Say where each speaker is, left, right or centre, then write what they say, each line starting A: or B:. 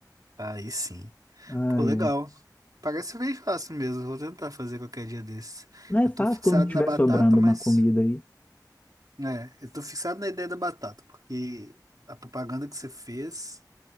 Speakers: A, on the right; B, on the left.
A: Aí sim.
B: Ai,
A: Pô, legal.
B: é.
A: Parece bem fácil mesmo. Vou tentar fazer qualquer dia desses.
B: Não é
A: Eu
B: fácil
A: tô fixado
B: quando estiver
A: na batata,
B: sobrando
A: mas.
B: uma comida aí.
A: É, eu tô fixado na ideia da batata, porque a propaganda que você fez.